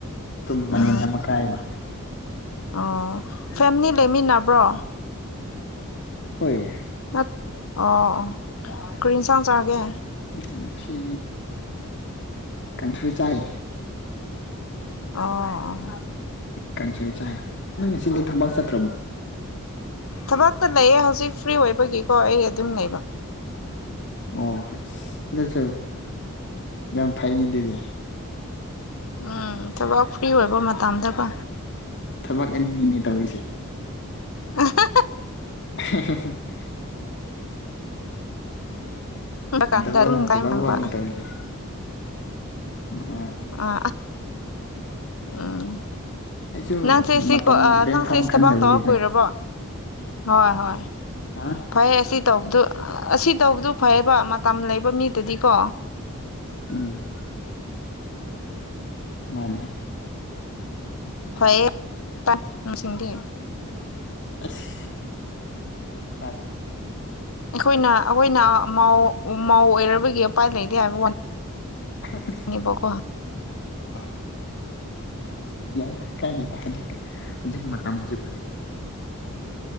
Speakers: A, on the left (about 55°); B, on the left (about 70°).
A: ꯑꯗꯨꯝ
B: ꯎꯝ
A: ꯃꯅꯤꯟ ꯑꯃ ꯀꯥꯏꯕ
B: ꯑꯣ ꯐꯦꯃꯤꯂꯤ ꯂꯩꯃꯤꯟꯅꯕ꯭ꯔꯣ
A: ꯍꯣꯏ
B: ꯅꯠ ꯑꯣ ꯑꯣ ꯀꯔꯤ ꯏꯟꯁꯥꯡ ꯆꯥꯒꯦ
A: ꯎꯝ ꯉꯁꯤ ꯀꯥꯡꯁꯣꯏ ꯆꯥꯏ
B: ꯑꯣ ꯑꯣ
A: ꯀꯥꯡꯁꯣꯏ ꯆꯥꯏ ꯅꯪ ꯉꯁꯤꯗꯤ ꯊꯕꯛ ꯆꯇ꯭ꯔꯕꯣ
B: ꯊꯕꯛꯇꯣ ꯂꯩꯌꯦ ꯍꯧꯖꯤꯛ ꯐ꯭ꯔꯤ ꯑꯣꯏꯕꯒꯤꯀꯣ ꯑꯩ ꯑꯗꯨꯝ ꯂꯩꯕ
A: ꯑꯣ ꯑꯁ ꯑꯗꯨꯁꯨ ꯌꯥꯝ ꯐꯩꯅꯦ ꯑꯗꯨꯗꯤ
B: ꯎꯝ ꯊꯕꯛ ꯐ꯭ꯔꯤ ꯑꯣꯏꯕ ꯃꯇꯝꯗꯀꯣ
A: ꯊꯕꯛ ꯑꯅꯤ ꯅꯤꯅꯦ ꯇꯧꯔꯤꯁꯦ
B: ꯍꯥ ꯍꯥ
A: <inaudible>
B: ꯀꯥꯟꯗ
A: ꯗꯕꯜ
B: ꯑꯗꯨꯝ ꯀꯥꯏ
A: ꯗꯕꯜ
B: ꯐꯪꯕ
A: ꯋꯥꯛꯅꯤ ꯇꯧꯔꯤꯁꯦ ꯑ
B: ꯑ ꯎꯝ
A: ꯑꯩꯁꯨ
B: ꯅꯪꯁꯦ ꯁꯤ
A: ꯃꯇꯝ
B: ꯀꯣ ꯑ
A: ꯂꯦꯟꯐꯝ
B: ꯅꯪꯁꯦ ꯏꯁ
A: ꯈꯪꯗꯕꯒꯤꯀꯣ
B: ꯊꯕꯥꯛ ꯇꯧꯔ ꯀꯨꯏꯔꯕꯣ ꯍꯣꯏ ꯍꯣꯏ
A: ꯑ
B: ꯐꯩꯌꯦ ꯑꯁꯤ ꯇꯧꯕꯗꯨ ꯑꯁꯤ ꯇꯧꯕꯗꯨ ꯐꯩꯌꯦꯕ ꯃꯇꯝ ꯂꯩꯕ ꯃꯤꯗꯗꯤꯀꯣ
A: ꯎꯝ ꯃꯥꯟꯅꯦ
B: ꯐꯩꯌꯦ ꯇꯞ ꯅꯨꯡꯁꯤꯡꯗꯤ
A: ꯑꯁ ꯈꯥ
B: ꯑꯩꯈꯣꯏꯅ ꯑꯩꯈꯣꯏꯅ ꯃꯥꯎ ꯃꯥꯎ ꯑꯣꯏꯔꯕꯒꯤ ꯎꯄꯥꯏ ꯂꯩꯇꯦ ꯍꯥꯏꯕ ꯋꯥꯅꯤ
A: <inaudible>
B: ꯅꯤꯕꯀꯣ
A: ꯎꯝ ꯌꯥꯏꯗ ꯀꯥꯏꯗꯦꯗ ꯍꯧꯖꯤꯛ ꯍꯧꯖꯤꯛ ꯃꯇꯝꯖꯤꯕꯨ